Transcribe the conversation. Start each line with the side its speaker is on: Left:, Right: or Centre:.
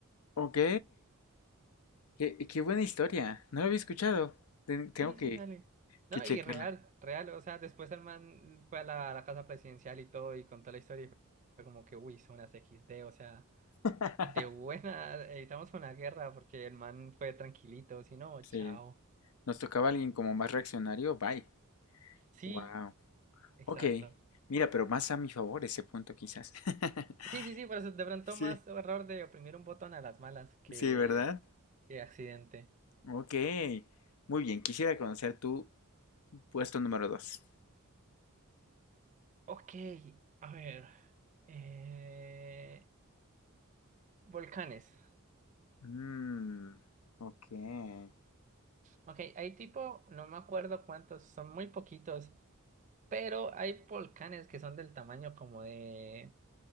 Left: ok. Qué, qué buena historia. No la había escuchado. Ten- Tengo
Right: Sí,
Left: que,
Right: sí, dale.
Left: que
Right: No,
Left: checarla.
Right: y real, real, o sea, después el man fue a la, a la casa presidencial y todo y contó la historia y fue como que, uy, son unas equis de, o sea...
Left: <laughs>
Right: De buena, evitamos una guerra porque el man fue tranquilito, si no,
Left: Sí.
Right: chao.
Left: Nos tocaba alguien como más reaccionario. Bye.
Right: Sí,
Left: Wow.
Right: exacto.
Left: Ok. Mira, pero más a mi favor ese punto quizás. <laughs>
Right: Sí, sí, sí, pero es de pronto
Left: Sí,
Right: más error de oprimir un botón a las malas que,
Left: sí, ¿verdad?
Right: que accidente.
Left: Ok. Muy bien. Quisiera conocer tu puesto número dos.
Right: Ok, a ver. eh, volcanes.
Left: Mm, ok.
Right: Ok, hay tipo, no me acuerdo cuántos, son muy poquitos, pero hay volcanes que son del tamaño como de